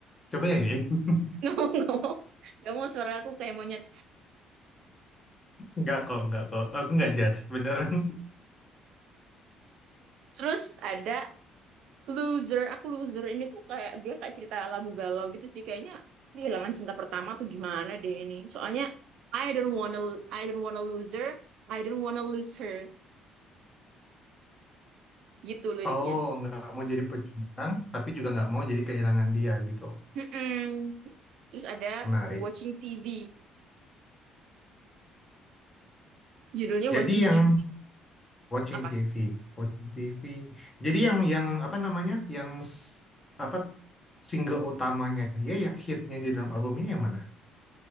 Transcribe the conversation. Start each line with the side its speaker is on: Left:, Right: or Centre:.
Left: coba nyanyiin. <laughs>
Right: nggak mau nggak mau nggak mau suara aku kayak monyet
Left: Nggak kok, nggak kok. Aku nggak judge, beneran.
Right: terus ada loser aku loser ini tuh kayak dia kayak cerita lagu galau gitu sih kayaknya kehilangan cinta pertama tuh gimana deh ini soalnya I don't wanna I don't wanna lose her I don't wanna lose her gitu liriknya
Left: Oh, nggak mau jadi pejuang, tapi juga nggak mau jadi kehilangan dia gitu.
Right: Mm-mm. terus ada
Left: Menarik.
Right: watching TV judulnya
Left: Jadi
Right: watching
Left: yang
Right: TV
Left: watching
Right: apa
Left: TV, watching TV. Jadi yang yang apa namanya? Yang s- apa single utamanya dia yang hitnya di dalam album ini yang mana?